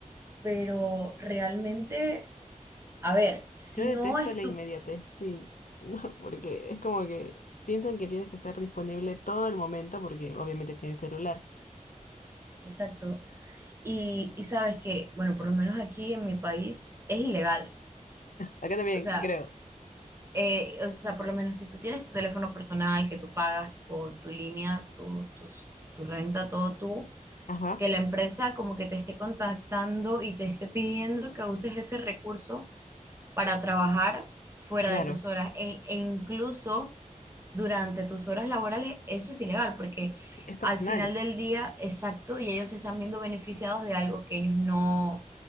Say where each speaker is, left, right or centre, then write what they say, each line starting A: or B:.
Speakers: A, on the right; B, on the left.
A: pero realmente... A ver, si
B: yo detesto
A: no es
B: la
A: tu
B: inmediatez, sí, <laughs> no, porque es como que piensan que tienes que estar disponible todo el momento, porque obviamente tienes celular.
A: Exacto. Y, y sabes que, bueno, por lo menos aquí en mi país es ilegal.
B: Acá también,
A: O sea,
B: creo.
A: eh, o sea, por lo menos si tú tienes tu teléfono personal que tú pagas, tipo tu línea, tu, tus- tu renta, todo tú,
B: Ajá,
A: que la empresa como que te esté contactando y te esté pidiendo que uses ese recurso para trabajar fuera
B: claro.
A: de tus horas e, e incluso durante tus horas laborales, eso es ilegal porque
B: Sí, es personal.
A: al final del día, exacto, y ellos se están viendo beneficiados de algo que ellos no,